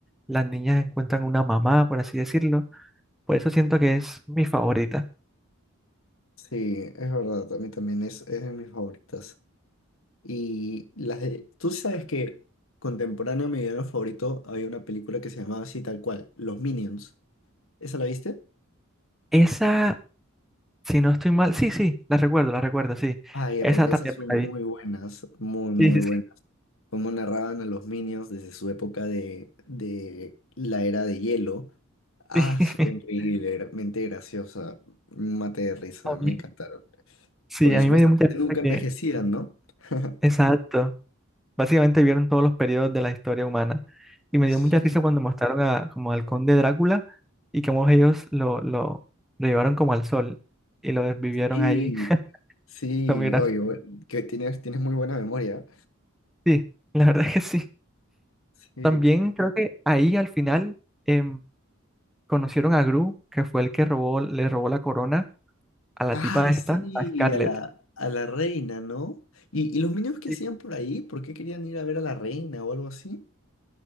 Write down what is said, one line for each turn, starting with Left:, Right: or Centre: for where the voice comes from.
Centre: las niñas encuentran una mamá, por así decirlo. Por eso siento que es mi favorita.
Left: Sí, es verdad, a mí también es, es de mis favoritas. Y las de, tú sabes que contemporáneo a mi villano favorito había una película que se llamaba así tal cual, Los Minions. ¿Esa la viste?
Centre: Esa, si no estoy mal, sí, sí, la recuerdo, la recuerdo, sí.
Left: Ah, ya,
Centre: Esa
Left: porque
Centre: también
Left: esas son
Centre: me la
Left: muy
Centre: vi.
Left: buenas, muy, muy
Centre: Sí, sí,
Left: buenas.
Centre: sí.
Left: Cómo narraban a los Minions desde su época de, de la era de hielo. Ah,
Centre: <laughs>
Left: su- era increíble, era- mente graciosa, un mate de risa,
Centre: A
Left: me
Centre: mí,
Left: encantaron.
Centre: sí,
Left: Porque
Centre: a
Left: supuestamente
Centre: mí me dio mucha
Left: nunca
Centre: pena
Left: envejecían,
Centre: que,
Left: ¿no? <laughs>
Centre: exacto. Básicamente vieron todos los periodos de la historia humana. Y me
Left: Sí.
Centre: dio mucha risa cuando mostraron a, como al conde Drácula y cómo ellos lo, lo, lo llevaron como al sol y lo desvivieron
Left: Sí,
Centre: ahí. <laughs>
Left: sí,
Centre: Fue muy gracioso.
Left: oye, bu- que tienes, tienes muy buena memoria.
Centre: Sí, la verdad es que sí.
Left: Sí.
Centre: También creo que ahí al final em, conocieron a Gru, que fue el que robó, le robó la corona a la
Left: Ah,
Centre: tipa esta,
Left: sí,
Centre: a Scarlett.
Left: a la, a la reina, ¿no? ¿Y, y los niños qué
Centre: Y
Left: hacían por ahí? ¿Por qué querían ir a ver a la reina o algo así?